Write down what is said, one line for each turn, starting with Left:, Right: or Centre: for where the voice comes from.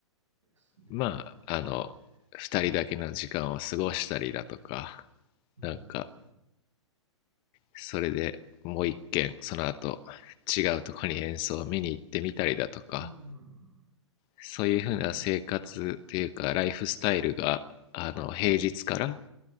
Right: いいですね。
Left: まあ、あの、二人だけの時間を過ごしたりだとか、
Right: うん。
Left: なんか、それでもう一軒、その後、違うとこに演奏を見に行ってみたりだとか、
Right: うん。
Left: そういうふうな生活というか、ライフスタイルが、あの、平日から